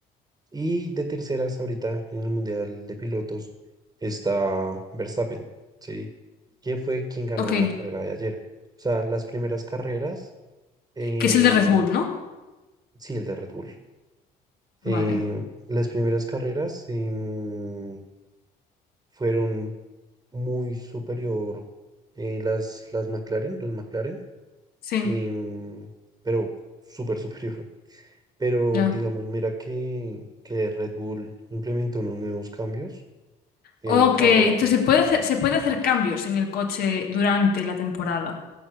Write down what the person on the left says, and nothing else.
Ok.
Que es el de Red Bull, ¿no?
Vale.
Sí.
Ya.
Ok.
Entonces se puede hacer, se puede hacer cambios en el coche durante la temporada.